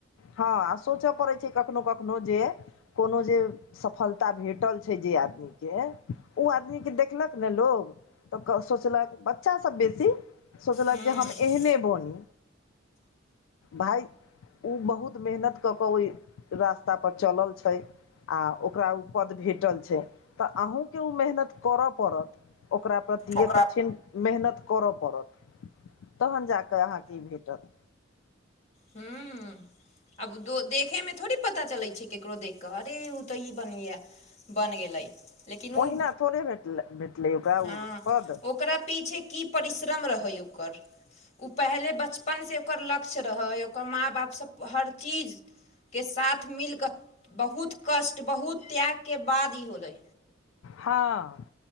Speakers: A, on the left; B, on the left.
A: हँ, सोचय पड़ैत छै कखनो-कखनो जे कोनो जे सफलता भेटल छै जे आदमी के ओ आदमीके देखलक ने लोग तऽ सोचलक बच्चासभ बेसी सोचलक
B: ह्म
A: जे हम एहने बनी, भाय ओ बहुत बहुत मेहनत कऽ कऽ ओहि रास्ता पर चलल छै आ ओकरा ओ पद भेटल छै तऽ अहूँके ओ मेहनत करय पड़त ओकरा पर
B: ओकरा
A: कठिन मेहनत करऽ पड़त। तहन जाकऽ अहाँकेँ ई भेटत
B: हूॅं आब देखैमे थोड़ी पता चलैत छै ककरो देखि कऽ अरे ओ तऽ ई बन गया बन गेलै। लेकिन
A: ओहिना
B: ओ
A: थोड़े भे भेटलै ओकरा
B: हँ
A: ओ पद
B: ओकरा पीछे की परिश्रम रहै ओकर, ओ पहले बचपन से ओकर लक्ष्य रहै ओकर माँ-बाप सभ हर चीज के साथ मिलकऽ, बहुत कष्ट बहुत त्यागके बाद ई होलै
A: हँ